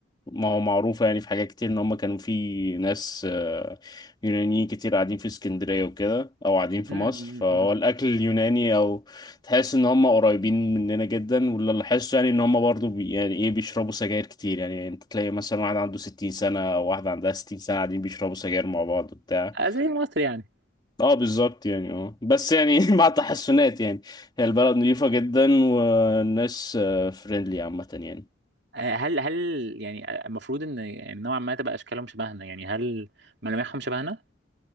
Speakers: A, on the left; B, on the right.
A: ما هو معروف يعني في حاجات كتير ان هم كانوا في ناس آه، يونانيين كتير قاعدين في اسكندرية وكده او قاعدين في
B: أمم،
A: مصر
B: أمم،
A: فهو
B: أمم.
A: الاكل اليوناني او تحس ان هم قريبين مننا جدا واللي لاحظته يعني ان هم برضو بي يعني ايه بيشربوا سجاير كتير يعني انت تلاقي مثلا واحد عنده 60 سنة او واحدة عندها 60 سنة قاعدين بيشربوا سجاير مع بعض بتاع
B: آه، زي مصر يعني
A: اه بالظبط يعني اه بس يعني <laughs> مع تحسنات يعني هي البلد نظيفة جدا والناس فريندلي عامة يعني
B: آه، هل هل يعني آه، المفروض ان يعني نوعا ما تبقى اشكالهم شبهنا يعني هل ملامحهم شبهنا